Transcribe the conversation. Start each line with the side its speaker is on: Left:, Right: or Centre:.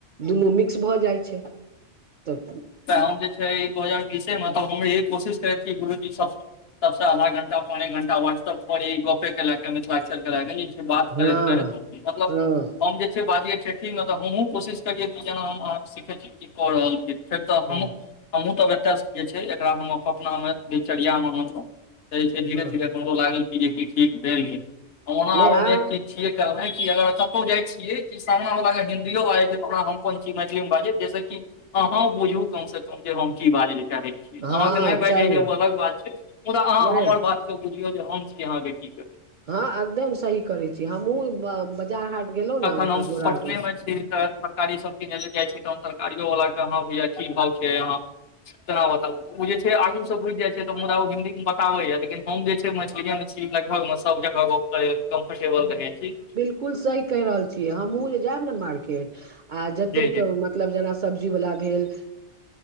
Right: दुनू मिक्स भऽ जाइ छै तऽ
Left: तऽ हम जे छै ई दू हजार बीसे मे तऽ हम इे कोशिश करैत छीिय गुरुजी सब सबसँ आधा घं्टा पौने एक घणटा व्हा्सप पर ई गपे के ले मिथिलाकर कर कर
Right: हँ
Left: करैत मतलब
Right: हँ
Left: हम जे छै बाज ठीक ने तऽ हमहूँ कोशिश करियै कि जेना हम अहाँके सीखैत छी कि कऽ रहल छी फेर तऽ
Right: हँ
Left: हम हमहूँ तब एतय जे छै एकरा हम अपना मे दिनचरियामेनलहुँं जे छै धीरे
Right: हँ
Left: धीरे हमर ल जे ठीक भेल गेल ओना
Right: नहि आ
Left: एक चीज छिय कह अगर कतहु जाय छीियै कि सामनाला हिन्दियो बाजै छै तोरा हम कोन ची मैथिली में बाजै जैसे कि हँ बुझू कम से कम जे हम की बाज ले चाहै छी अहाँकेँ
Right: हँ
Left: नै बाइज
Right: चाही
Left: होइ छै ओ अलग बात छै मुदा अहाँ
Right: नहि
Left: हमर बात बुझियौ जे हम छी अहाँ केँ की कर
Right: हँ एकदम सही करे छी हमहुँ बाजार हाट गेलहुँ
Left: तखन
Right: ने ओतऽ
Left: हम
Right: जोरहाट
Left: पटने मे छी तऽ तरकारी सब किनय लए जाइ छी तहन तरकारियो वला केँ अह भैया की भाव छै यहाँ केना बताब ओ जे छै आगू से बुझि जाइ छै तऽ मुदा हिन्दी में बताबैया लेकिन हम जे छै मैथिली छी लगभग मे सब जगह गप कम्फर्टेबल रह छी
Right: कुल सही कहि रहल छियै हमहुँ जे जायब ने मार्केट आ जते
Left: जी जी
Right: मतलब जेना सब्जीवला भेल